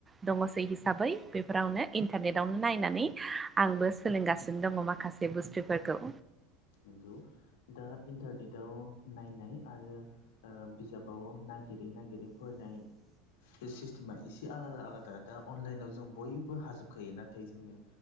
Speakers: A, on the right; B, on the left.
A: दङसै हिसाबै बेफोरावनो इन्टारनेटावनो नायनानै आंबो सोलोंगासिनो दङ माखासे बे बुस्थुफोरखौ।
B: नंगौ दा इन्टारनेटाव नायनाय आरो ओ बिजाबाव नागिर बिदि नागिरै फरायनाइ बे सिस्टेमा एसे आलादा आलादा दा अनलाइनाव जों बयबो हाजोबखायो नाथाय जोङो